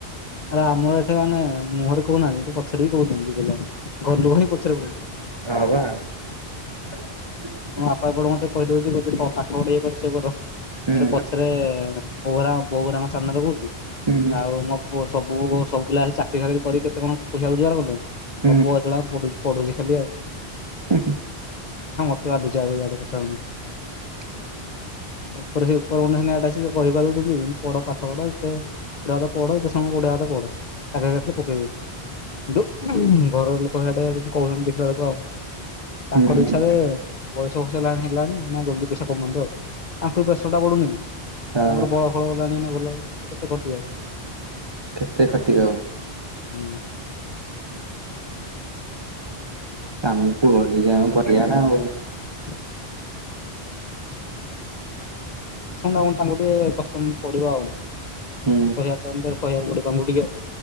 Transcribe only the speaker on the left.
ଆରେ ଆମର ଏଠି ମାନେ ମୁହଁରେ କହୁନାହାନ୍ତି କିନ୍ତୁ ପଛରେ ବି କହୁଛନ୍ତି <unintelligible> ଘର ଲୋକ ହିଁ ପଛରେ କହୁଛନ୍ତି
ହଁ ମୋ ବାପା ମତେ ଏପଟେ କହିଦଉଛି ପ ପାଠ ପଢ ୟିଏ ସିଏ କର ହେଟୁ
ପଛରେ ଏ ବୋଉରା ବୋଉ ହେରା ଙ୍କ ସାମ୍ନା ରେ କହୁଛି
ଆଉ ମୋ ପୁଅ ସବୁ ସବୁ ପିଲା ଆସି ଚାକିରି ବାକିରି କରି କେତେ କଣ ପଇସା ରୋଜୋଗାର କରୁଛନ୍ତି
ମୋ ପୁଅ ଏତବଳ ଯାଏ ପଢୁଛି ପଢୁଛି ଖାଲି ଆଉ
<unintelligible>
ଉପରେ ସେ ଉପର ମାନେ ହେଟା କହି ପାରୁଛନ୍ତି ପଢପାଠ ପଢ ଯେତେ ଯେତେ ପାଠ ପଢ ଯେତେ ସମୟ ପଢିବା କଥା ପଢ ଚାକିରୀ ଆସିଲେ ପକେଇବୁ। ଦୁ ଘରର ଲୋକ ହେଆଡେ କହୁଛନ୍ତି ଦେଖିଲା ବେଳକୁ ଆଉ
ତାଙ୍କର ଇଚ୍ଛାଯେ ବୟସ ଫଇସ ହେଲାଣି ହେଲାଣି ନା ଜଲଦି ପଇସା କମାନ୍ତୁ ଆଉ ତାଙ୍କୁ ବି ପ୍ରେସର ଟା ପଡୁନି କି ତାଙ୍କର
ବଳ ବଳ ଗଲାଣି ନା ଗଲା କେତେ ଖଟିବେ ଆଉ।
ହୁଁ।
<unintelligible> ଶୁଣିଲାମାନେ ତାଙ୍କୁ ଟିକେ କଷ୍ଟ ପଡିବ ଆଉ
ସହି ବାକୁ ତାଙ୍କୁ <unintelligible>